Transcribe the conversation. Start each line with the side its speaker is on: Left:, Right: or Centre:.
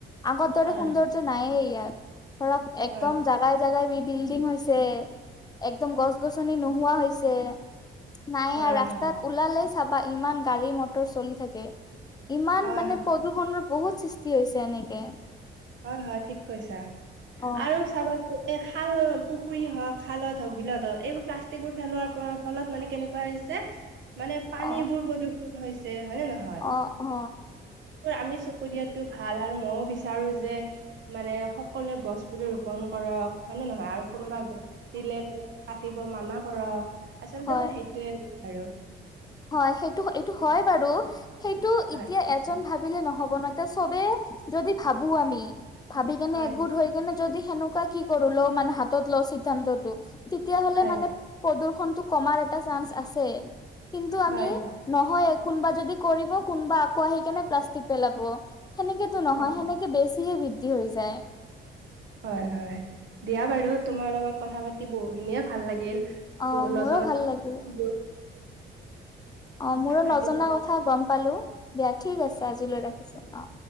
Left: আগত দৰে
Right: হয়
Left: সৌন্দৰ্য নাইে ইয়াত ধৰক একদম
Right: হয়
Left: জাগাই। জোগাই বি বিল্ডিং হৈছে একদম গছ গছনি নোহোৱা হৈছে। নাইে
Right: হয়
Left: ৰাস্তাত
Right: হয়
Left: ওলালেই চাবা ইমান গাড়ী মটৰ চলি থাকে। ইমান
Right: হয়
Left: মানে
Right: হয়
Left: প্ৰদূৰষণৰ বহুত সৃষ্টি হৈছে এনেকে।
Right: হয় হয় ঠিক কৈছা
Left: অ',
Right: আৰু চাবা এ খাল, পুখুৰী হওক খালত হওক বিলত হওক এইবোৰ প্লাষ্টিক বোৰ ফেলোৱাৰ পৰৰ ফলত মানে কেনেকুৱা হৈছে।
Left: <inaudible>
Right: মানে পানী
Left: অ'।
Right: বোৰ প্ৰদূষণ হৈছে। হয়নে নহয়?
Left: অ অ।
Right: আমি চকু দিয়াতো ভাল আৰু মৌ বিচাৰো যে মানে সকলোৱে গছ পুলি ৰোপন কৰক। হয় নে নহয়? আৰু কোনোবা গছ কাটিলে মানে কাটিব মানা কৰক। আচলতে
Left: হয়
Right: মই সেইটোৱে বাৰু।
Left: হয় সেইটো এইটো হয় বাৰু। সেইটো
Right: হয়
Left: এতিয়া এজন ভাবিলে নহব ন। তিয়া চবেই যদি ভাবো আমি ভাবি কেনে
Right: হয়
Left: একগোট হৈ কেনে যদি সেনেকুৱা কি কৰো ল মানে হাতত ল চিদ্ধান্তটো। তেতিয়া হলে
Right: হয়
Left: মানে প্ৰদূ্ষণটো কমাৰ এটা চান্স আছে। কিন্তু আমি
Right: হয়
Left: নহয় কোনোবা যদি কৰিব, কোনোবা আকৌ আহি কেনে প্লাষ্টিক পেলাব, সেনেকে', সেইটো নহয়,
Right: হয়
Left: সেনেকে বেছিহে বৃদ্ধি হৈ যায়',
Right: হয়', - হয়', দিয়া বাৰু তোমাৰ লগত কথা পাতি বহুখিনিয়ে ভাল লাগিল',
Left: অ
Right: বহুত
Left: মোৰো
Right: নজনা
Left: ভাল
Right: কথা
Left: লাগিল
Right: শিকিলোঁ',
Left: অ', মোৰো নজনা
Right: আজিলৈ ৰাখো
Left: কথা গম পালোঁ, দিয়া ঠিক আছে আজিলৈ ৰাখিছোঁ, অ',